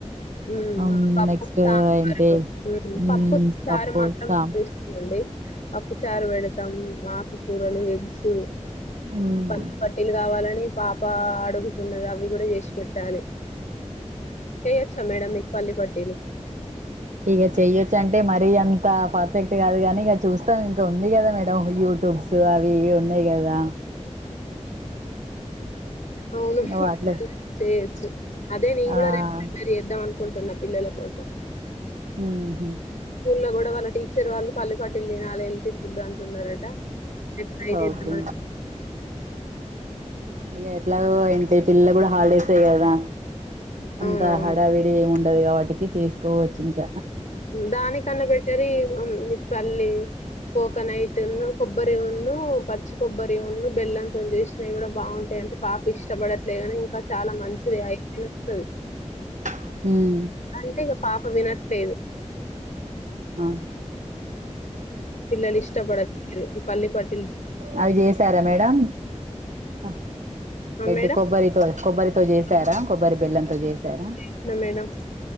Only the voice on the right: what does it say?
అం
నెక్స్ట్
ఏంటి
మ్మ్
పప్పు
సామ్
ఉమ్
ఇగ చెయ్యొచ్చంటే మరీ అంత పర్ఫెక్ట్ కాదు కానీ ఇక చూస్తాం ఇంకా ఉంది కదా మేడం యూట్యూబ్స్ అవి ఇవి ఉన్నాయి కదా
వాటిలే
ఆ
మ్ ఊహూ
ఓకే
ఇగ ఎట్లాగో ఏంటి పిల కూడా హాలిడేస్ ఏ గదా అంతా
హడావిడి ఉండది గాబట్ టికి చేసుకోవచ్చింక
ఉమ్
ఆ
అవిజెసారా మేడం ఆ ఎడ్డి
కొబ్బరితో కొబ్బరితో చేసి సారా కొబ్బరి బెల్లంతో చేసారా